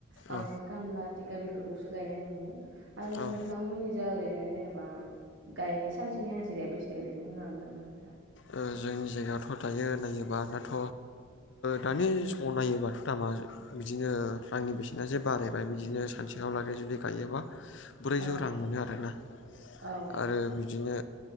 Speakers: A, on the right (about 65°); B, on the left (about 65°).
A: बांसिन
B: औ
A: खामला थिगा बेफोरखौसो गायनाय नुयो आरो
B: औ
A: नोंथांमोननि
B: ओ
A: जों ओरैनो जेनेबा गायनाय सानसेनि हाजिराया बेसे ओरैनो बुंनो हागोन नामा नोंथाङा?
B: ओ जोंनि जायगायावथ' दायो नायोबा दाथ' दानि समाव नायोबाथ' दामा बिदिनो रांनि बेसेना जे बारायबाय बिदिनो सानसेहालागै जुदि गायोबा ब्रैजौ
A: औ
B: रां मोनो आरोना
A: औ
B: आरो बिदिनो